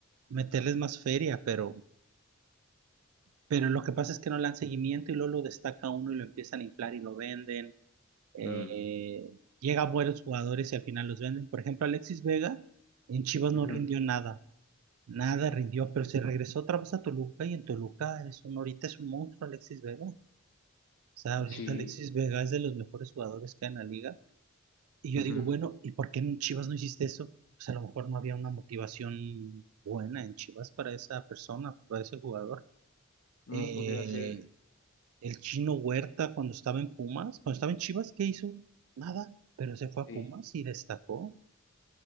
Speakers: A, on the right (about 80°); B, on the left (about 60°).
A: meterles más feria, pero, pero lo que pasa es que no le dan seguimiento y luego lo destaca uno y lo empiezan a inflar y lo venden. Eh,
B: Mm,
A: llegan buenos jugadores y al final los venden. Por ejemplo, Alexis Vega en Chivas
B: ujú,
A: no rindió nada. Nada rindió, pero se regresó otra vez a Toluca y en Toluca es un, ahorita es un monstruo Alexis Vega. O sea, ahorita
B: Sí,
A: Alexis Vega es de los mejores jugadores que hay en la liga. Y
B: ujú,
A: yo digo, bueno, ¿y por qué en Chivas no hiciste eso? Pues a lo mejor no había una
B: Sí.
A: motivación buena en Chivas para esa persona, para ese jugador.
B: mm,
A: Eh,
B: podría ser,
A: el Chino Huerta cuando estaba en Pumas, cuando estaba en Chivas, ¿qué hizo? Nada, pero se fue a
B: sí,
A: Pumas y destacó.